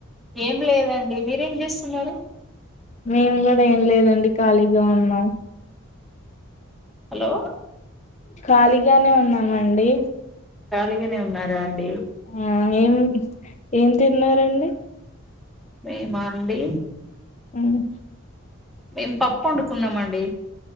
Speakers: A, in the centre; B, on the left.
A: ఏం లేదండి మీరేం చే స్తున్నారు
B: మేము కూడా ఏం లేదండి ఖాళీగా ఉన్నాం
A: హలో
B: ఖాళీగానే ఉన్నామండి
A: ఖాళీగనే ఉన్నారా అండి
B: ఆ ఏం ఏం తిన్నారండి
A: మేమా అండి
B: హ్మ్
A: మేం పప్పు వండుకున్నామం డి